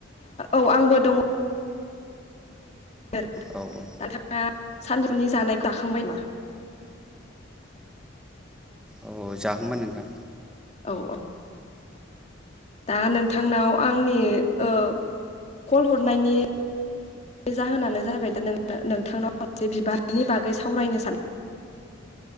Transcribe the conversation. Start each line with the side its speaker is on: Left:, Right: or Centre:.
Left: औ आंबो दङ। सोर
Centre: औ औ
Left: नोंथाङा सानदुंनि जानायखौ आाखांबाय मा
Centre: औ जाखांबाय नोंथां।
Left: औ औ दा नोंथांनाव आंनि ओ-कल हरनायनि बे जाहोनानो जाहैबाय दा नोंथांनाव मोनसे बिबारनि बागै सावरायनो सानद